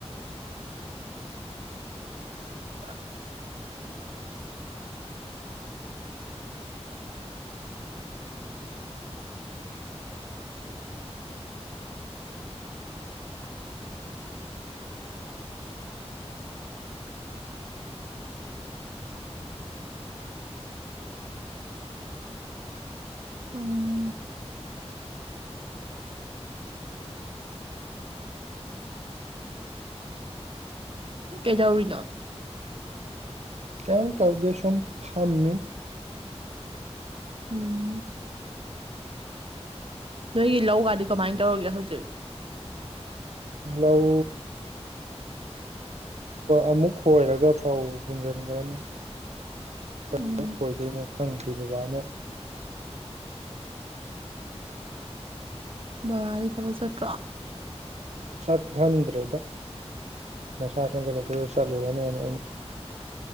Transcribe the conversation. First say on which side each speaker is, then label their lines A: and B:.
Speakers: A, on the right; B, on the right.
A: <inaudible> ꯎꯝ ꯀꯦꯗꯥꯎꯔꯤꯅꯥ
B: ꯀꯃ ꯇ ꯑꯗꯨꯗ ꯁꯨꯝ ꯐꯝꯅꯤ
A: ꯎꯝ ꯅꯣꯏꯒꯤ ꯂꯧꯒꯗꯤ ꯀꯃꯥꯏꯅ ꯇꯧꯔꯒꯦ ꯍꯧꯖꯤꯛ
B: ꯂꯧ ꯑꯃꯨꯛ ꯈꯣꯏꯔꯒ ꯐꯧ ꯍꯨꯟꯖꯤꯟꯈ꯭ꯔꯅꯤ ꯀ
A: ꯎꯝ
B: ꯈꯣꯏꯗꯣꯏꯅꯣ ꯈꯪꯗ꯭ꯦ ꯕꯕꯥꯅ
A: ꯕꯕꯥꯔꯤ ꯊꯕꯛ ꯆꯠꯇ꯭ꯔꯣ
B: ꯆꯠꯍꯟꯗ꯭ꯔꯦꯗ ꯃꯁꯥ ꯁꯣꯟꯖꯜꯂꯛꯄ ꯆꯠꯂꯨꯔꯅꯅꯦ ꯑꯩꯅ